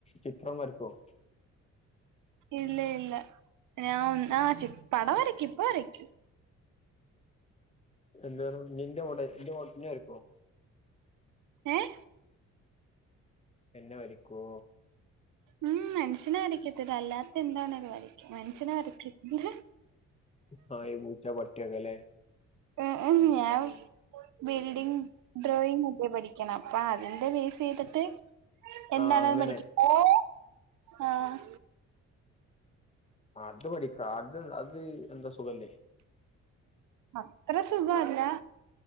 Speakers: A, on the left; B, on the right.
A: ചിത്രം വരക്കുവോ?
B: ഇല്ല ഇല്ല ഞാ ഒന്ന് ആഹ് പടം വരയ്ക്കും ഇപ്പ വരയ്ക്കും
A: എന്താടോ നിന്റെ മൊടെ എന്റെ മോഡ് ഇന്നെ വരക്കോ
B: ഏഹ്
A: എന്നെ വരക്കോ
B: ഉം മനുഷ്യനെ വരക്കത്തില്ല അല്ലാത്ത എന്താണേലും വരയ്ക്കും മനുഷ്യനെ വരയ്ക്കത്തില്ല.
A: നായ് പൂച്ച പട്ടിക്കൊല്ലേ
B: ഉം ഉം ഞാൻ ബിൽഡിംഗ് ഡ്രോയിങ് ഒക്കെയാ പഠിക്ക്‌ അപ്പ അതിന്റെ ബേസ് ചെയ്തിട്ട് എന്താണേലും
A: ആ അങ്ങനെ
B: പഠിക്ക ഓഹ് ആഹ്
A: അത് പഠിക്ക അത് അത് എന്താ സുഖല്ലേ?
B: അത്ര സുഖഅല്ല